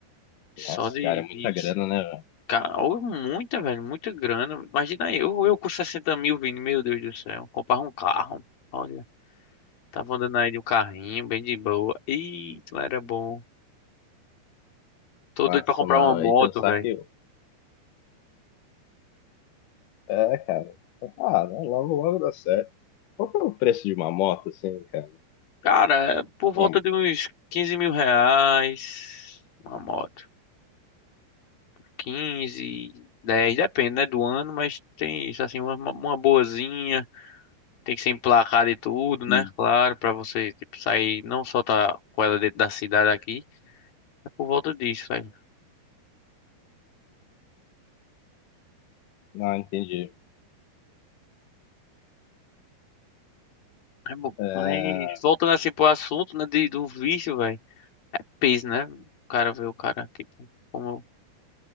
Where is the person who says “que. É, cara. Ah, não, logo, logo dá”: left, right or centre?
Left